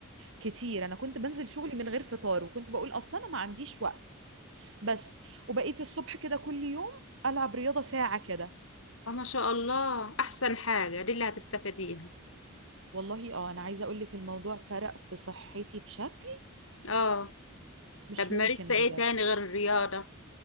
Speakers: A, on the right; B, on the left.
A: كتير انا كنت بنزل شغلي من غير فطار وكنت بقول اصلا انا ما عنديش وقت بس وبقيت الصبح كده كل يوم العب رياضه ساعه كده
B: آه، ما شاء الله احسن حاجه دي اللي هتستفيديها
A: والله اه انا عايزه اقول لك الموضوع فرق في صحتي بشكل
B: اه
A: مش
B: طب
A: ممكن
B: مارست ايه
A: بجد
B: تاني غير الرياضه